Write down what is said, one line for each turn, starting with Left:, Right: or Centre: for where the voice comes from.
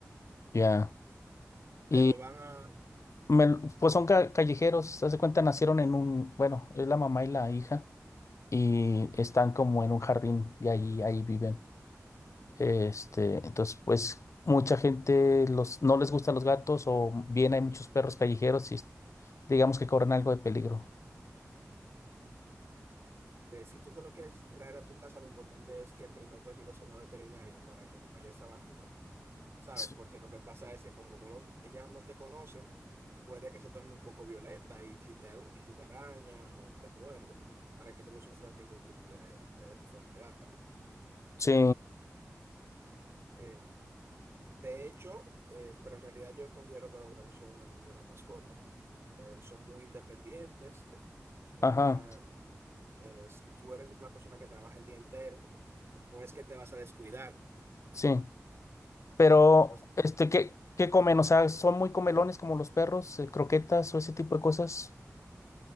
Left: Ya. Y
Right: Te lo van a...
Left: me- pues son ca- callejeros, se hace cuenta, nacieron en un, bueno, es la mamá y la hija y están como en un jardín y ahí, ahí viven. Este, entonces, pues mucha gente los, no les gustan los gatos o bien hay muchos perros callejeros y digamos que corren algo de peligro.
Right: eh, si tú te lo quieres traer a tu casa, lo importante es que primero lo lleves a una veterinaria para que lo vayas a vacunar. ¿sabes?
Left: Sí,
Right: Porque lo que pasa es que como no los, ellas no te conocen, puede que se torne un poco violenta y si te, aru- y si te araña o te muerde, para que tú no sufras ningún tipo de, de enfermedad.
Left: sí,
Right: Eh, de hecho, eh, pero en realidad yo considero que los gatos son una muy buena mascota. Eh, son muy independientes. En realidad,
Left: ajá,
Right: eh, si tú eres una persona que trabaja el día entero, no es que te vas a descuidar.
Left: sí. Pero,
Right: Entonces,
Left: este, ¿qué, qué comen? O sea, ¿son muy comelones como los perros? eh, ¿Croquetas o ese tipo de cosas?